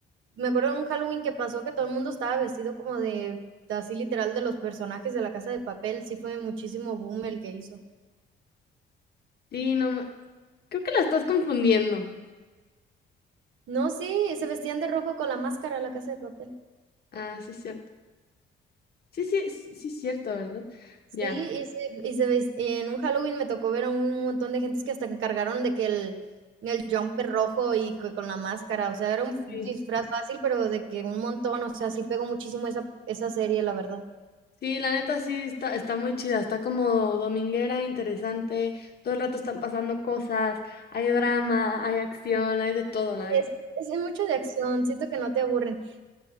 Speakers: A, on the right; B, on the left.
A: me acuerdo de un Halloween que pasó que todo el mundo estaba vestido como de, así literal, de los personajes de La Casa de Papel, sí fue muchísimo boom el que hizo.
B: sí, no, ma- creo que la estás confundiendo.
A: No, sí, se vestían de rojo con la máscara La Casa de Papel.
B: Ah, sí es cierto. Sí, sí, sí sí es cierto, ¿verdad?
A: Sí,
B: Ya.
A: y se y se ves y en un Halloween me tocó ver a un montón de gentes que hasta encargaron de que el el jumper rojo y que con la máscara, o sea, era un
B: Sí,
A: disfraz fácil, pero de que un montón, o sea, sí pegó muchísimo esa esa serie, la verdad.
B: Sí, la neta sí está, está muy chida, está como dominguera, interesante, todo el rato están pasando cosas, hay drama, hay acción, hay de todo,
A: Sí,
B: la neta.
A: es que es mucho de acción, siento que no te aburren.